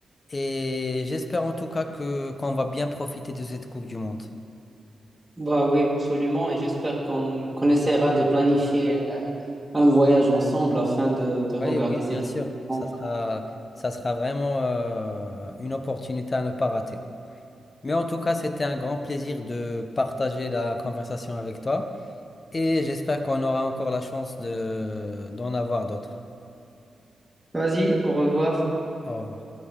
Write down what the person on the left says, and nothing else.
Et j'espère en tout cas que qu'on va bien profiter de cette Coupe du Monde.
Oui, oui,
bien
sûr.
Ça sera, ça sera vraiment euh, une opportunité à ne pas rater. Mais en tout cas, c'était un grand plaisir de partager la conversation avec toi. Et j'espère qu'on aura encore la chance de, d'en avoir d'autres.
Au revoir.